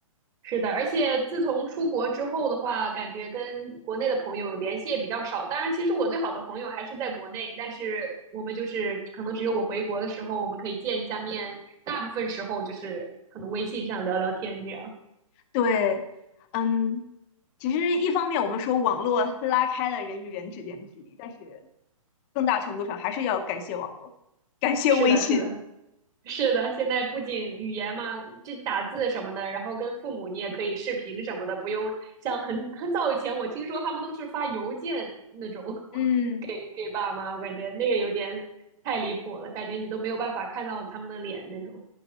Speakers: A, on the right (about 20°); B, on the left (about 25°).
A: 是的，而且自从出国之后的话，感觉跟国内的朋友联系也比较少。当然，其实我最好的朋友还是在国内，但是我们就是可能只有我回国的时候，我们可以见一下面，大部分时候就是可能微信上聊聊天这样。
B: 对，嗯，其实一方面我们说网络拉开了人与人之间的距离，但是更大程度上还是要感谢网络，感谢微信。
A: 是的，是的，
B: <laughs>
A: 是的，现在不仅语言嘛，这打字什么的，然后跟父母你也可以视频什么的，不用像很很早以前，我听说他们都是发邮件那种 <laughs>
B: 嗯，
A: 给给爸妈，我感觉那个有点太离谱了，感觉你都没有办法看到他们的脸那种。